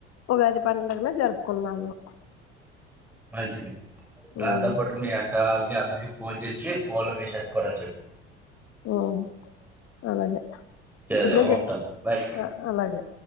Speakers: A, on the left (about 45°); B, in the centre.
A: ఉగాది పండుగను జరుపుకున్నాను
B: మంచిది దాంతో
A: ఉమ్
B: పాటు మీ అక్క ఆళ్ళకి అందరికి ఫోన్ చేసి ఫోన్ లో వేసే కూడ చెప్పు
A: మ్మ్ అలాగే
B: సరే
A: ఇప్పుడేజే
B: ఉంటాను బాయ్
A: అ అలాగే